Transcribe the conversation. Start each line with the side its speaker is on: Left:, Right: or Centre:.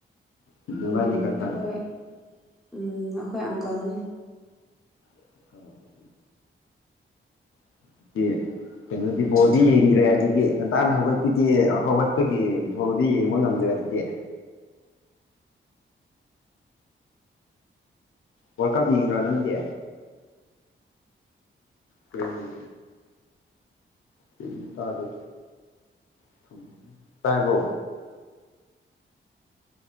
Left: ꯅꯕꯥꯅꯤ
Centre: ꯎꯝ
Left: ꯈꯛꯇꯪ
Centre: ꯑꯩꯈꯣꯏ ꯎꯝ ꯑꯩꯈꯣꯏ ꯑꯪꯀꯜꯅꯤ
Left: <unintelligible> <unintelligible> ꯀꯩꯅꯣꯗꯤ ꯕꯣꯜꯗꯤ ꯌꯦꯡꯗ꯭ꯔꯦ ꯑꯗꯨꯒꯤ ꯉꯟꯇꯥꯅ ꯍꯧꯒꯠꯄꯤꯗꯤ ꯍꯧꯒꯠꯄꯒꯤ ꯕꫭꯜꯗꯤ ꯌꯦꯡꯕ ꯉꯝꯗ꯭ꯔ ꯑꯗꯨꯗꯤ ꯋꯥꯔꯜ ꯀꯞ ꯌꯦꯡꯗ꯭ꯔꯣ ꯅꯪꯗꯤ ꯀꯔꯤꯒꯤ ꯀꯔꯤꯒꯤ ꯇꯥꯗꯦ <unintelligible> ꯇꯥꯏꯕꯣ